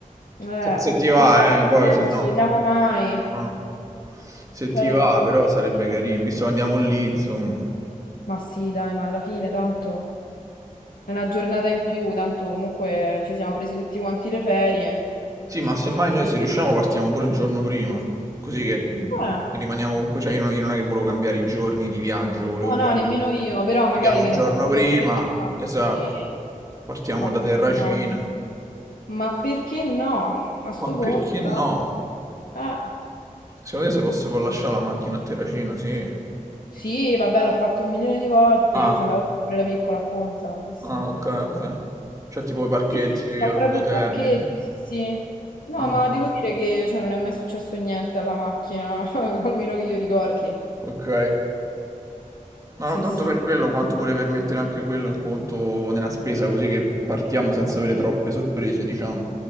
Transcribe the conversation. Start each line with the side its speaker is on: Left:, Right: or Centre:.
Left: Eh,
Right: Se, se ti
Left: no,
Right: va,
Left: infatti
Right: eh, poi
Left: noi
Right: se
Left: non
Right: no...
Left: ci vediamo mai.
Right: no. Se ti
Left: C'hai ragione.
Right: va, però sarebbe carino, visto che andiamo lì, insomma.
Left: Ma sì, dai, ma alla fine tanto... È una giornata in più, tanto comunque ci siamo presi tutti quanti le ferie.
Right: Sì, ma semmai noi se riusciamo partiamo pure un giorno prima, così che, mhmm,
Left: Eh,
Right: rimaniamo comunque cioè io non io non è che volevo cambiare i giorni di viaggio, volevo
Left: no,
Right: magari
Left: no, nemmeno io, però magari
Right: andiamo un
Left: che
Right: giorno
Left: ne so, il
Right: prima
Left: giorno prima.
Right: esatto.
Left: Sì,
Right: Partiamo
Left: ma
Right: da
Left: perché
Right: Terracina.
Left: no? Ma perché no? A sto
Right: Ma perché
Left: punto,
Right: no?
Left: tanto. Eh,
Right: Secondo te se posso si può lascià la macchina a Terracina? Sì.
Left: sì, vabbè, l'ho fatto un milione di volte,
Right: Ah,
Left: io ci andavo sempre da piccola a Ponza, sì, sì.
Right: ah okay, okay. Cioè tipo i parcheggi
Left: Sì, sì, ci sta
Right: a lungo
Left: proprio
Right: termine.
Left: il parcheggio, sì, sì. No,
Right: Mh.
Left: ma devo dire che cioè, non è mai successo niente alla macchina, <laughs> almeno che io ricordi.
Right: Ok. Ma
Left: Sì,
Right: non tanto
Left: sì.
Right: per quello, quanto pure per mettere anche quello in conto nella spesa, così che partiamo senza avere troppe sorprese, diciamo.